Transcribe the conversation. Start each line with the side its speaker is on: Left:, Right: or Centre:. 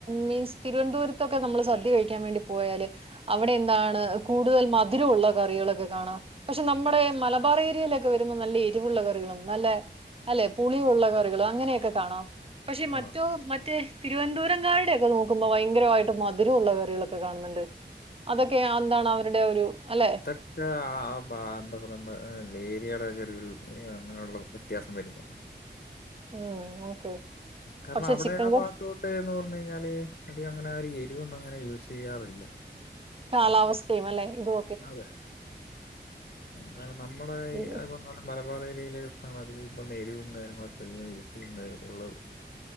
Right: മീൻസ് തിരുവന്തപുരത്തൊക്കെ നമ്മള് സദ്യ കഴിക്കാൻ വേണ്ടി പോയാല് അവിടെ എന്താണ് കൂടുതൽ മധിരുള്ള കറികളക്കെ കാണാം. പക്ഷെ നമ്മടെ മലബാർ ഏരിയയിലക്കെ വരുമ്പോ നല്ല എരിവുള്ള കറികളും നല്ലെ അല്ലെ പുളിയുള്ള കറികളും അങ്ങനെ ഒക്കെ കാണാം പക്ഷെ മറ്റ്
Left: ആഹ്
Right: ഒ മറ്റേ തിരുവൻന്തപുരം കാരുടെയൊക്കെ നോക്കുമ്പോ ഭയങ്കരമായിട്ട് മധുരവുള്ള കറികളൊക്കെ കാണുന്നുണ്ട്. അതൊക്കെ ആന്താണ് അവരുടെ ഒരു അല്ലെ
Left: അത്രെ ചാ ആ പാ എന്താ പറ മ്മടെ ഏരിയയുടെ ചെറിയൊരു അങ്ങനെയുള്ള വ്യത്യാസം വെര്ന്ന്.
Right: ആ എന്ന ഓക്കെ
Left: കരണം
Right: പക്ഷെ
Left: അവിടയാണാ
Right: ചിക്കൻ കറി
Left: ഭാഗത്തോ ട്ട് എന്ന് പറഞ്ഞ് കഴിഞ്ഞാല് അധികം അങ്ങനാരും എരിവൊന്നും അങ്ങനെ യൂസ് ചെയ്യാറില്ല.
Right: കാലാവസ്ഥയുമല്ലെ ഇതൊ
Left: അതെ കാരണം നമ്മളെ
Right: ആഹ്
Left: ഇ അവ തോനെ മലബാർ ഏരിയയിലോട്ടാണ് അധികം ഈ പറഞ്ഞ എരിവവും കാര്യങ്ങളൊക്കെ അധികം യൂസ് ചെയ്യുന്നൊര് ഉള്ളത്.